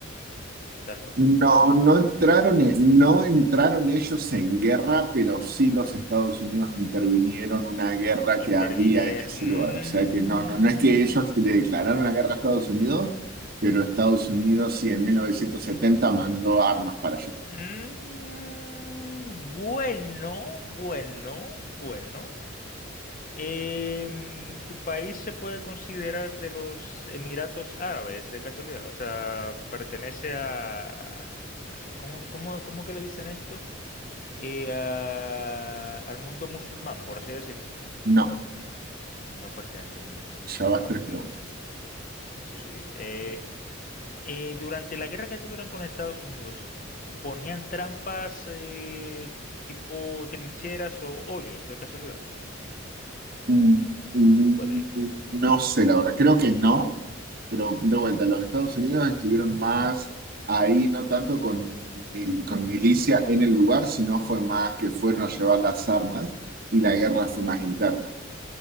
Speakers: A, on the left (about 40°); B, on the right (about 45°).
A: tal cual.
B: No, no entraron, e- no entraron ellos en guerra, pero sí los Estados Unidos intervinieron una guerra que
A: Intervinieron.
B: había en ese
A: Mm,
B: lugar. O sea que no, no, no es que ellos le declararon la guerra a Estados Unidos, pero Estados Unidos sí en 1970 mandó armas para allá.
A: mm, bueno, bueno, bueno. Em, ¿tu país se puede considerar de los Emiratos Árabes, de casualidad? O sea, pertenece a... ¿Cómo, cómo, cómo que le dicen esto? Eh, a- al mundo musulmán, por así decirlo.
B: No,
A: No pertenece al mundo musulmán.
B: ya vas
A: Ok,
B: tres preguntas.
A: sí, sí. Eh, eh, durante la guerra que tuvieron con Estados Unidos, ¿ponían trampas eh, tipo trincheras o hoyos, de casualidad?
B: Mm, mm,
A: Puede.
B: No sé, la verdad, creo que no. Pero de vuelta, los Estados Unidos estuvieron más ahí, no tanto con, mil- con milicia en el lugar, sino fue más que fueron a llevar las armas y la guerra
A: Qué fuerte.
B: fue más interna.